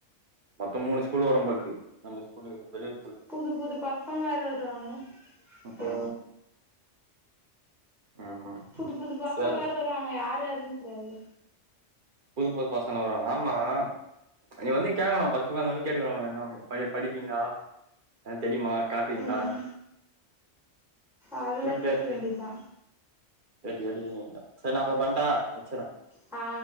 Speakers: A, on the right (about 50°); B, in the centre.
A: மத்த மூணு ஸ்கூல் வரம்பொழுது நம்ப ஸ்கூலு பெரிய
B: புது புது பசங்க வேற வருவாங்க சோ
A: ம் ம்
B: புது புது பசங்க
A: சரி
B: வேற வருவாங்க யாரு யாருனே தெரியாது.
A: புது புது பசங்களா வருவாங்க ஆமா நீங்க வந்து கேக்கணு ஃபஸ்ட் உக்காந்தோன்னே கேட்டுகணு ப படிப்பீங்களா எல் தெரியுமா காட்டுவீங்ளா
B: ம் அதெல்லா
A: ஓகே <unintelligible> கேட்டு
B: கேட்டுக்க வேண்டியதுதா
A: கேட்டு எழுதிக வேண்டிதா சர் நா அப்பறோ பண்ட்டா வச்சுற
B: ஆ